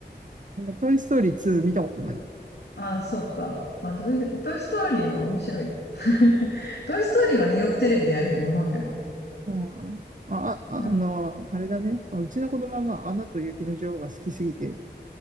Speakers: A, on the right; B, on the left.
A: トイストーリー2見たことないわ。
B: ああ、そうか。まあ、トイ、トイストーリーは面白いよ。<laughs> トイストーリーはね、よくテレビでやるよ、日本でも。
A: うん。まあ、あ、
B: うん、
A: あの、
B: うん。
A: あれだね。まあうちの子供は、まあ、アナと雪の女王が好きすぎて、